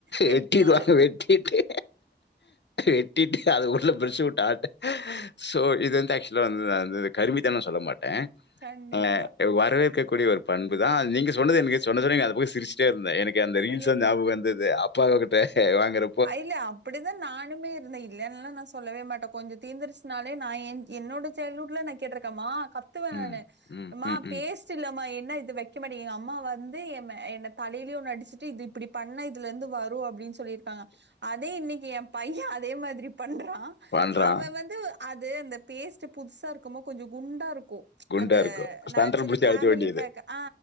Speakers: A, on the right; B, on the left.
A: வெட்டிரு
B: வெட்டிருவாங்க வெட்டிட்டு வெட்டிட்டு அது உள்ள ப்ரஷ்சவுட்டு ஆட்டு சோ இது வந்து ஆக்சுவலா வந்து நா வந்து கருமின் லா நா சொல்ல மாட்டே
A: கண்டிப்பா.
B: அ வரவேற்கக் கூடிய ஒரு பண்புதா அது நீங்க சொன்னது எனக்கு சொன்னது நீங்க அந்த பக்கோ சிரிச் டே இருந்தே எனக்கு அந்த ரீல்ஸ்த
A: இல்ல, இல்ல.
B: ஞயாப வந்தது அப்பாகிட்ட வாங்குற
A: அ இல்ல அப்டிதா நானுமே இருந்தே இல்லன்னுல்லா நா சொல்லவே மாட்டே கொஞ்ச தீந்திருச் னாலே நா எ என்னோட சைல்ட்ஹூட்ல நா கேட்ருக்கே மா கத்துவே
B: ம்,
A: நானு
B: ம்,
A: அம்மா
B: ம், ம்.
A: பேஸ்ட் இல்லமா என்ன இது வக் க மாட்டீங்க எங்க அம்மா வந்து எ மே என்ன தலையிலே ஒன்னு அடிச்சுட்டு இது இப்டி பண்ணா இதுல இருந்து வரு அப்டின்னு சொல்லிரு ப்பாங்க அதே இன்னைக்கி எ பைய அதே மாதிரி பண்றா
B: பண்றான்.
A: அவே வந்து அது அந்த பேஸ்ட் புதுசா இருக்குமோ கொஞ்ச குண்டா இருக்கு
B: குண்டா
A: அந்த
B: இருக்கும்.
A: நா
B: சென்டர்
A: ஆக்சுவலி
B: புடிச்சு
A: ஃபேமிலி
B: அடிக்க வேண்டியது.
A: பேக் ஆ